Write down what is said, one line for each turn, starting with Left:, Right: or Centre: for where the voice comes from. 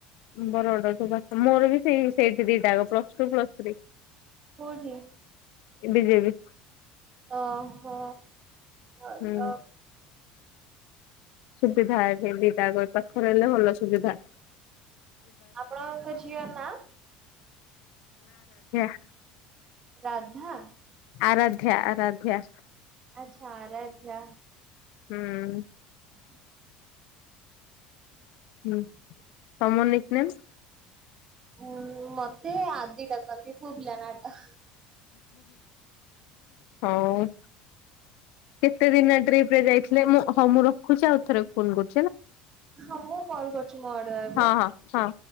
Left: ବର ଅଡରୁ ମୋର ବି ସେଇ ସେଇଠି ଦିଟା ଯାକ ପ୍ଲସ ଟୁ ପ୍ଲସ ଥ୍ରୀ
Right: କଉଠି
Left: ବିଜେବି
Right: ଓହୋ ଭଲ
Left: ହୁଁ ସୁବିଧା ଏଠି ଦିଟା ଯାକ ପାଖରେ ହେଲେ ଭଲ ସୁବିଧା
Right: ଆପଣଙ୍କ ଝିଅ ନା
Left: <unintelligible>
Right: ରାଧା
Left: ଆରାଧ୍ୟା ଆରାଧ୍ୟା
Right: ଆଚ୍ଛା ଆରାଧ୍ୟା।
Left: ହୁଁ
Right: ହୁଁ
Left: ହୁଁ ତମ ନିକ ନେମ୍?
Right: ଉଁ ମତେ ଆଦି ଡାକନ୍ତି ପୁଅ ପିଲା ନାଟା।
Left: ହୋଉ। କେତେ ଦିନିଆ ଟ୍ରିପ୍ ରେ ଯାଇଥିଲେ ମୁଁ ହଁ ମୁଁ ରଖୁଛି ଆଉ ଥରେ ଫୋନ୍ କରୁ
Right: ହଁ ମୁଁ କଲ୍ କରୁଛି ମୋ ଆଡୁଆ ଏବେ।
Left: ହଁ ହଁ ହଁ